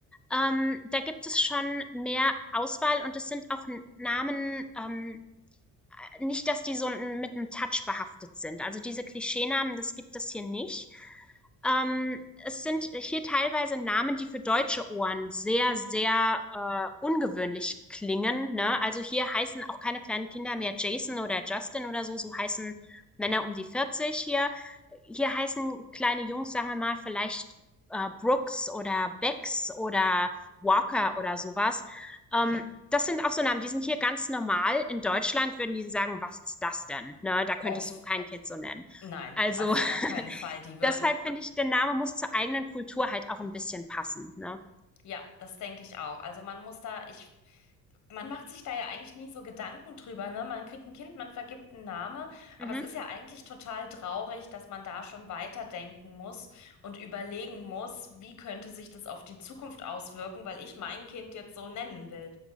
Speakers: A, in the centre; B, on the left.
A: Ähm, da gibt es schon mehr Auswahl und es sind auch Namen, ähm, nicht, dass die so mit einem Touch behaftet sind. Also diese Klischeenamen, das gibt es hier nicht. Ähm, es sind hier teilweise Namen, die für deutsche Ohren sehr, sehr äh, ungewöhnlich klingen. Ne? Also hier heißen auch keine kleinen Kinder mehr Jason oder Justin oder so. So heißen Männer um die 40 hier. Hier heißen kleine Jungs, sagen wir mal, vielleicht äh, Brooks oder Becks oder Walker oder sowas. Ähm, das sind auch so Namen, die sind hier ganz normal. In Deutschland würden die sagen, was ist das denn? Ne, da könntest
B: Auf
A: du kein Kind so nennen.
B: Nein,
A: Also
B: auf gar keinen
A: <laughs>
B: Fall. Die würden,
A: deshalb finde ich, der Name muss zur eigenen Kultur halt auch ein bisschen passen. Ne?
B: ja, das denke ich auch. Also man muss da, ich, man macht sich da ja eigentlich nie so Gedanken drüber, ne? Man kriegt ein Kind, man vergibt einen Namen, aber
A: Mhm.
B: es ist ja eigentlich total traurig, dass man da schon weiterdenken muss und überlegen muss, wie könnte sich das auf die Zukunft auswirken, weil ich mein Kind jetzt so nennen will.